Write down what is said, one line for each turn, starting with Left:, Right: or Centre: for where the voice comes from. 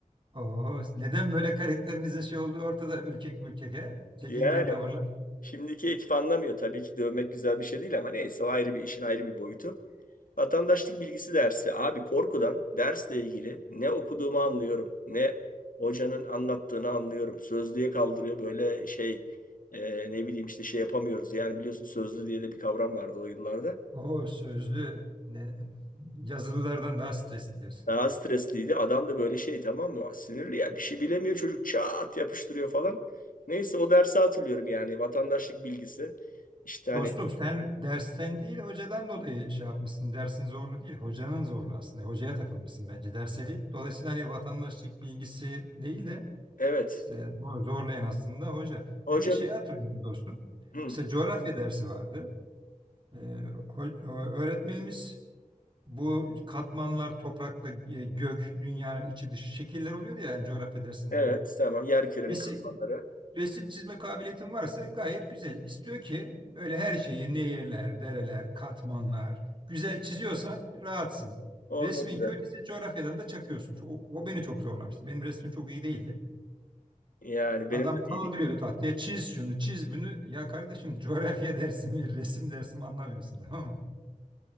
Right: Oo, neden böyle karakterinizin şey olduğu ortada? Ürkek mürkek he? Çekingen
Left: Yani
Right: tavırlar.
Left: şimdiki ekip anlamıyor. Tabii ki dövmek güzel bir şey değil ama neyse o ayrı bir işin ayrı bir boyutu. Vatandaşlık bilgisi dersi. Abi korkudan dersle ilgili ne okuduğumu anlıyorum, ne hocanın anlattığını anlıyorum. Sözlüğe kaldırıyor böyle şey, e, ne bileyim işte şey yapamıyoruz. Yani biliyorsun sözlü diye de bir kavram vardı o yıllarda.
Right: Oo, sözlü ne- yazılılardan daha stresli diyorsun.
Left: Daha stresliydi. Adam da böyle şey tamam mı? Sinirli ya bir şey bilemiyor çocuk çat yapıştırıyor falan. Neyse o dersi hatırlıyorum yani vatandaşlık bilgisi. İşte hani
Right: Dostum sen dersten değil hocadan dolayı şey yapmışsın. Dersin zorlu değil, hocanın zorlu aslında. Hocaya takılmışsın bence derse değil. Dolayısıyla hani vatandaşlık bilgisi değil de
Left: evet
Right: e, zor- zorlayan aslında hoca.
Left: hoca
Right: Ben de şeyi hatırlıyorum dostum.
Left: Hı,
Right: Mesela coğrafya dersi vardı. E, ho- ö- öğretmenimiz bu katmanlar, toprakla e, gök, dünyanın içi dışı şekiller oluyordu ya yani coğrafya dersinde.
Left: evet tamam yer kürenin
Right: Resim,
Left: katmanları.
Right: Resim çizme kabiliyetin varsa gayet güzel. İstiyor ki böyle her şeyi nehirler, dereler, katmanlar güzel çiziyorsan rahatsın.
Left: Oh
Right: Resmin
Left: ne güzel.
Right: kötüyse coğrafyadan da çakıyorsun. O, o beni çok zorlamıştı. Benim resmim çok iyi değildi.
Left: Yani
Right: Adam
Left: benim de
Right: kaldırıyordu
Left: iyiydi.
Right: tahtaya çiz şunu çiz bunu. Ya kardeşim coğrafya dersi mi resim dersi mi anlamıyorsun tamam mı?